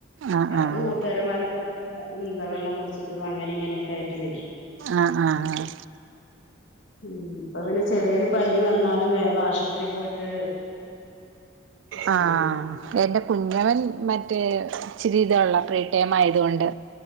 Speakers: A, on the right; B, on the left.
A: ആഹ്
B: ഇടക്ക്
A: ആഹ്
B: കൂട്ടുകാരമാരൊന്നൊക്കെ എന്താ വെള്ളം കുടിച്ചിട്ടും അങ്ങനെ ഇങ്ങനെയൊക്കെ ആയിട്ട് വരും
A: ആ ആ ആ
B: ഉം ഇപ്പൊ പിന്നെ ചെറിയൊരു പനി വന്നാലും വേഗം ആശുപത്രി പോയിട്ട് ചെയ്യണം
A: ആ എന്റെ കുഞ്ഞവൻ മറ്റേ ഇച്ചിരിതുള്ള പ്രീടൈം ആയതുകൊണ്ട്